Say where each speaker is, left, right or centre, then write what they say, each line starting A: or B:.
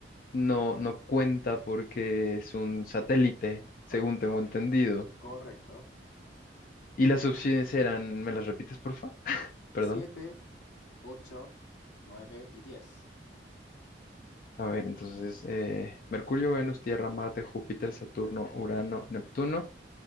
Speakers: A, on the left (about 50°); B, on the left (about 80°).
A: no, no cuenta porque es un satélite, según
B: Correcto,
A: tengo entendido.
B: correcto.
A: Y las opciones eran, ¿me las repites, porfa? Perdón.
B: siete, 8, 9 y 10.
A: A ver, entonces, eh, Mercurio, Venus, Tierra, Marte, Júpiter, Saturno, Urano, Neptuno